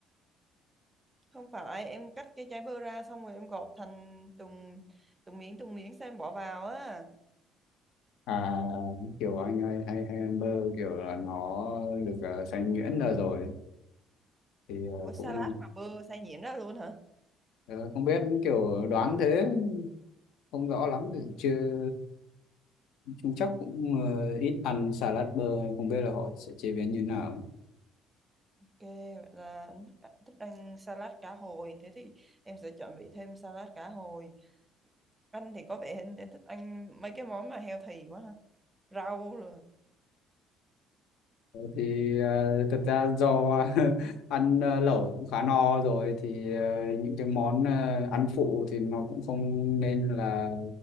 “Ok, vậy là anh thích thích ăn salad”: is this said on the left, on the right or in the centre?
Right